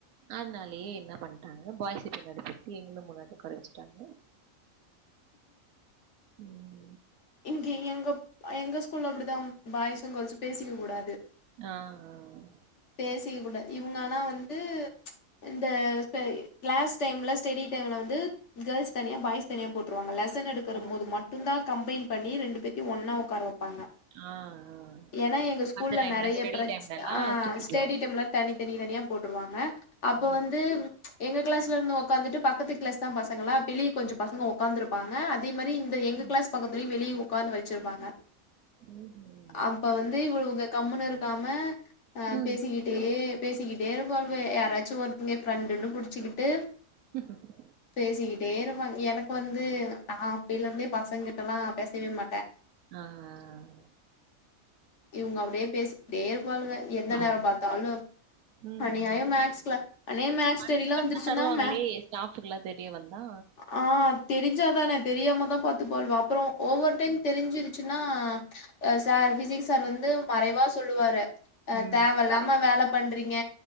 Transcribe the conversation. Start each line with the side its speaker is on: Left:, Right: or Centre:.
Right: அனாலேயே என்ன பண்ட்டாங்க பாய்ஸ பின்னாடி போட்டு எங்கள முன்னாடி உக்கார வச்சிட்டாங்க ம்
Left: இங்கே எங்கப் அ எங்க ஸ்கூல்ல அப்பிடிதா பாய்ஸு கேர்ள்ஸு பேசிக்கக் கூடாது
Right: ஆ அ
Left: பேசிக்க கூட இவுங்க ஆனா வந்து இந்த சை கிளாஸ் டைம்ல ஸ்டெடி டைம்ல வந்து கேள்ஸ் தனியா பாய்ஸ் தனியா போட்டுருவாங்க லெசன் எடு கற
Right: ஓ!
Left: போது மட்டுந்தா கம்பைன் பண்ணி ரெண்டு பேத்தயு ஒன்னா ஒக்கார வப் பாங்க
Right: ஆ, ஆ.
Left: ஏனா எங்க ஸ்கூல்ல
Right: மத்த டைம்ல
Left: நெறைய
Right: ஸ்டடி
Left: ப்ரச்
Right: டைம்லலாம்
Left: ஆ
Right: தூக்கிட்டு விட்றது.
Left: டீட்டம்லா தனி தனி தனியா போட்டுருவாங்க அப்ப
Right: ஆ.
Left: வந்து எங்க கிளாஸ்ல இருந்து ஒக்காந்துட்டு பக்கத்து கிளாஸ் தா பசங்களா வெளிய கொஞ்சோ பசங்க ஒக் ஒக்காந்துருப்பாங்க அதே மாரி இந்த எங்க
Right: ஆ.
Left: கிளாஸ் பக்கத்துலயு வெளிய உக்காந்து வழுச்சுருப்பாங்க
Right: ம்ஹ்ம்.
Left: அப்ப வந்து இவளுங்க கம்முன்னு இருக்காம அ
Right: ம்.
Left: பேசிக்கிட்டே பேசிக்கிட்டே இருப்பாளுக யாராச்சு ஒருத்தங்க ஃப்ரெண்டுன்னு புடிச்சுக்கிட்டு
Right: ம்
Left: பேசிக்கிட்டே இருப்பாங்க எனக்கு வந்து நா அப்பேல இருந்தே பசங்க கிட்டல்லா பேசவே மாட்டே
Right: ஆ ஆ ஆ
Left: இவங்க அப்டியே பேசிகிட்டே இருப்பாளுக எந்த
Right: ஓ!
Left: நேரோ பாத்தாலு
Right: ம்,
Left: அநியாயோ
Right: ம்.
Left: மேக்ஸ் கிளா அனே மேக்ஸ்
Right: பனிஷ்மென்ட்லாம்
Left: ஸ்டடில்லா வந்துருச்சுனா
Right: தருவாங்களே!
Left: மே
Right: ஸ்டாஃப்க்குலாம் தெரிய வந்தா?
Left: ஆ தெரிஞ்சா தான தெரியாமத்தா பாத்துப்பாளுவ அப்பறோ ஒவ்வொரு டைம் தெரிஞ்சிருச்சுன்னா ஆ சார் ஃபிசிக்ஸ் சார் வந்து மறைவா சொல்லுவாரு அ
Right: ம்.
Left: தேவ இல்லாம வேல பண்றீங்க